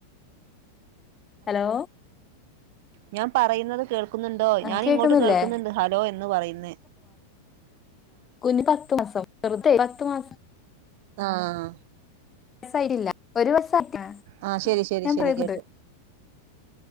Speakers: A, on the left (about 20°); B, on the right (about 50°).
A: ഹലോ
B: ഞാൻ പറയുന്നത് കേൾ ക്കുന്നുണ്ടോ?
A: ആ
B: ഞാൻ
A: കേക്കുന്നില്ലേ
B: ഇങ്ങോട്ട് കേൾക്കുന്നുണ്ട് ഹലോ എന്ന് പറയുന്ന്.
A: കുഞ്ഞു പത്ത് മാസം പത്ത് മാസം
B: ആഹ്
A: <unintelligible>
B: ആ ശരി ശരി ശരി കേട്ടു